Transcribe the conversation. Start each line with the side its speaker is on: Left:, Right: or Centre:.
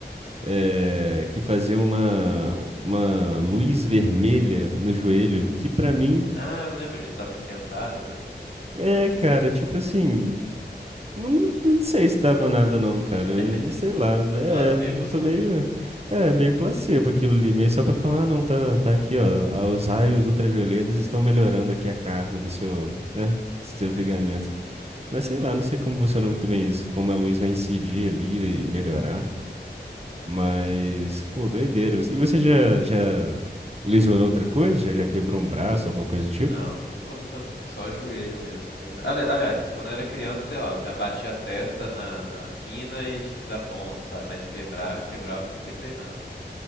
Right: é, que fazer uma, uma luz vermelha no joelho, que pra mim
Left: Ah, eu lembro disso, dá uma esquentada, né?
Right: é, cara, tipo assim. Não, não sei se dava nada não, cara.
Left: <laughs>
Right: Não sei lá.
Left: É
Right: É,
Left: Placebo
Right: eu
Left: só.
Right: sou meio, é, meio placebo aquilo ali, meio só pra falar, ah, não, tá, tá aqui, ó. ah, Os raios ultravioletas estão melhorando aqui a carne do seu,
Left: Uhum.
Right: né, dos seus
Left: <laughs>
Right: ligamentos. Mas sei lá, não sei como funciona muito bem isso, como a luz vai incidir ali e melhorar. Mas, pô, doideira. E você já, já lesionou outra coisa? Já, já quebrou um braço, alguma coisa do tipo?
Left: Não, nunca, nunca, nunca. Só joelho mesmo. Ainda... Ali- Aliás, quando eu era criança, sei lá, eu já bati a testa na, na quina e tive que dar ponto, sabe? Mas quebrar, quebrar eu nunca quebrei nada.